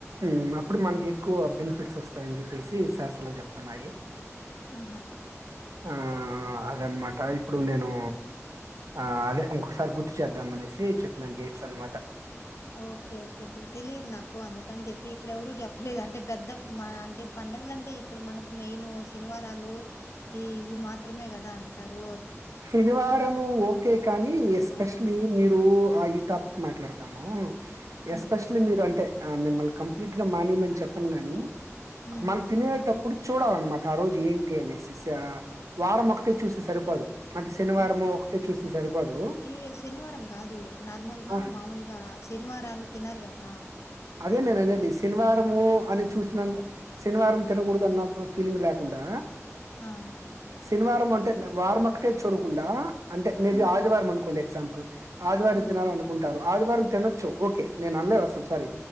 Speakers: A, on the right; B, on the left.
A: మ్మ్ అప్పుడు మనకి ఎక్కువ బెనిఫిట్స్ వస్తాయని చెప్పేసి శాస్త్రాలు చెప్తున్నాయి.
B: ఆహా
A: ఆ అదన్నమాట ఇప్పుడు నేను ఆ అదే ఇంకోసారి గుర్తు చేద్దాం అనేసి చెప్పినాను డేట్స్ అనమాట
B: ఓకే ఓకే ఇపుడు తెలీయద్న్నాకు అందుక్ కని చెప్పి ఇక్కడెవరూ చెప్పలేదు అంటే పెద్ద మన అంటే పండగల అంటే ఇక్కడ మనకి మెయిన్ శనివారాలు ఈ ఇవి మాత్రమే కదా తరు
A: శనివారంము ఓకే కాని
B: శనివారాలు.
A: ఎస్పెషలీ మీరు ఆ టాపిక్ మాట్లాడతాము.
B: హ్మ్.
A: ఎస్పెషలీ మీరు అంటే ఆ మిమ్మల్ కంప్లీట్ గా మానీయమని చెప్పను గాని
B: హ్మ్.
A: మనం
B: హ్మ్.
A: తినేటప్పుడు చూడాలన్నమాట ఆ రోజు ఏంటి అనేసి ఈసా వారం ఒకటే చూసి సరిపోదు అంటే శనివారము
B: ఒకే
A: ఒకటే చూస్తే సరిపోదు
B: అయ్యయ్యో శనివారం కాదు నార్మల్ గా
A: ఆ!
B: మామూలుగా శనివారాలు తినరు కాద్ ఆ
A: అదే నేను అనేది శనివారము అని చూస్నంత శనివారం తినకూడదు అన్న ఫీలింగ్ లేకుండా
B: ఆ!
A: శనివారం మాన్ అంటే వార్మాట్ కే చూడకుండ అంటే మే
B: హ్మ్.
A: బి ఆదివారం అనుకోండి ఎగ్జామ్ పుల్ ఆదివారం
B: హ్మ్.
A: తినాలనుకుంటారు ఆదివారం తినచ్చు ఒకే నేన్ అన్లేదు అసల్ సారీ